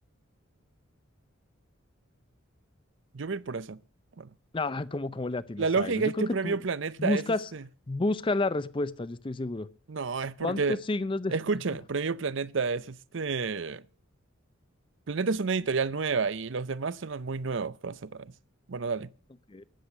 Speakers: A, on the right; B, on the left.
A: Yo voy a ir por eso. Bueno.
B: Ah, ¿cómo, cómo le atinas
A: La lógica
B: a eso? Yo
A: es
B: creo
A: que
B: que
A: Premio
B: tú
A: Planeta
B: buscas,
A: es este.
B: buscas la respuesta, yo estoy seguro.
A: No, es porque.
B: ¿Cuántos signos de,
A: Escúchame,
B: <laughs>
A: Premio Planeta es este. Planeta es una editorial nueva y los demás son muy nuevos, para ser raros. Bueno, dale.
B: Ok.